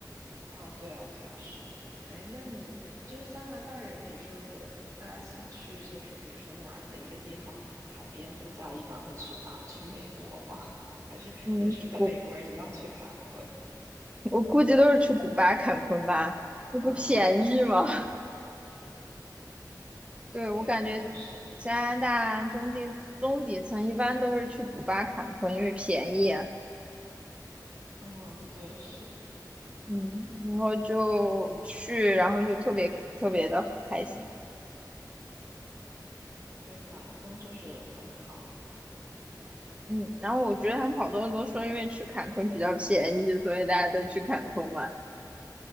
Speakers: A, on the right; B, on the right.
A: 啊，对啊，对啊，是。哎，那你就是加拿大人，比如说，如果大家想去，就是比如说暖的一个地方，海边度假，一般会去哪？去美国吗？<laughs> 还是也是跟美国人一样去坎昆？
B: 嗯，古，我估计都是去古巴、坎昆吧，那不便宜吗？
A: 嗯嗯，
B: <laughs> 对，
A: 对，
B: 我感觉加拿大中底中底层一般都是去古巴、
A: 可能是。
B: 坎昆，因为便宜啊。
A: 嗯，对，是，
B: 嗯，然后就去，然后就特别特别的开心。
A: 对，坎昆就是很躺，
B: 嗯，然后我觉得他们好多人都说，因为去坎昆比较便宜，所以大家都去坎昆玩。